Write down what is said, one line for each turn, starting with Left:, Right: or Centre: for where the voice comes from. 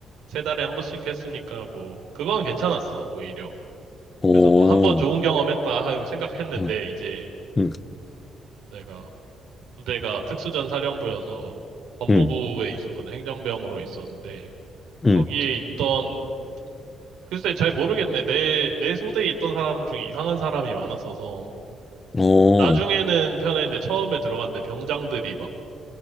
Right: 세 달에 한 번씩 했으니까 뭐 그건 괜찮았어 오히려.
Left: 어,
Right: 그래서 뭐 한 번 좋은 경험했다 하고 생각했는데
Left: 응,
Right: 이제
Left: 응,
Right: 내가 부대가 특수전 사령부여서 법무부에
Left: 응,
Right: 있었거든 행정병으로 있었는데.
Left: 응,
Right: 거기에 있던, 글쎄 잘 모르겠네. 내, 내 소대에 있던 사람 중에 이상한 사람이 많았어서.
Left: 어.
Right: 나중에는 편했는데 처음에 들어갔는데 병장들이 막,